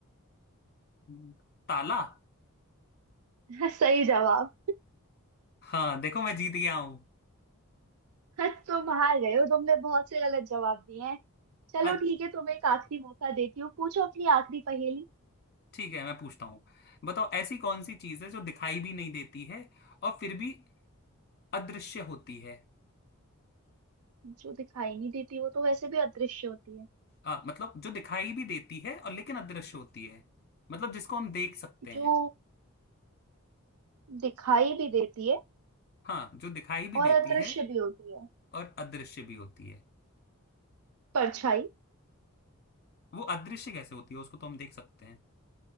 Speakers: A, on the left; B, on the right.
A: हम्म, ताला
B: <laughs> सही जवाब
A: हाँ देखो मैं जीत गया हूँ
B: आज तुम हार गए हो तुमने बहुत से गलत जवाब दिए हैं चलो
A: अच्छा
B: ठीक है तुम्हें एक आखिरी मौका देती हूँ पूछो अपनी आखिरी पहेली
A: ठीक है मैं पूछता हूँ बताओ ऐसी कौन सी चीज़ है जो दिखाई भी नहीं देती है और फिर भी अदृश्य होती है
B: जो दिखाई नहीं देती वो तो वैसे भी अदृश्य होती है
A: हाँ मतलब जो दिखाई भी देती है और लेकिन अदृश्य होती है मतलब जिसको हम देख सकते हैं
B: जो दिखाई भी देती है
A: हाँ जो दिखाई भी
B: और
A: देती
B: अदृश्य
A: है
B: भी होती है
A: और अदृश्य भी होती है
B: परछाई
A: वो अदृश्य कैसे होती है उसको तो हम देख सकते हैं